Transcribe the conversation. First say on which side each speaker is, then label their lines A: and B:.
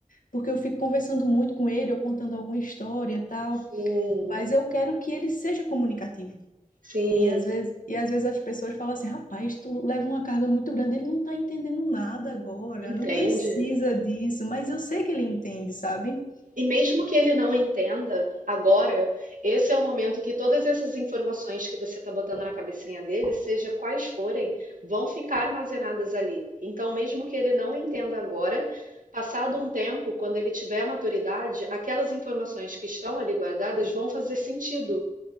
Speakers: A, on the left (about 80°); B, on the right (about 80°).
A: porque eu fico conversando muito com ele, eu contando alguma história e tal,
B: Sim,
A: mas eu quero que ele seja comunicativo.
B: sim,
A: E às vezes, e às vezes as pessoas falam assim, rapaz, tu leva uma carga muito grande, ele não tá entendendo nada agora,
B: entende.
A: não precisa disso, mas eu sei que ele entende, sabe?
B: E mesmo que ele não entenda agora, esse é o momento que todas essas informações que você está botando na cabecinha dele, seja quais forem, vão ficar armazenadas ali. Então, mesmo que ele não entenda agora, passado um tempo, quando ele tiver maturidade, aquelas informações que estão ali guardadas vão fazer sentido.